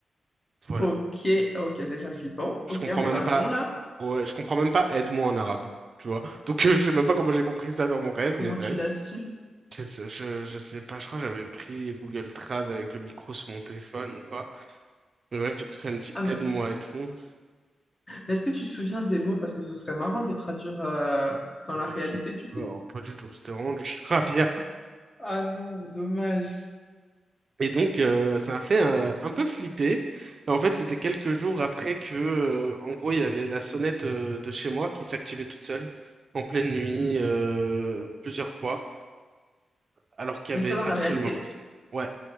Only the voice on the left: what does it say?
Ok, ok, déjà flippant.
Ok,
on
est dans le
bon, là.
Comment
tu l'as su?
Ah mais.
Est-ce que tu te souviens des mots? Parce que ce serait marrant de les traduire euh, dans
la
réalité
du coup.
Ah non, dommage.
Mais
ça dans
la réalité.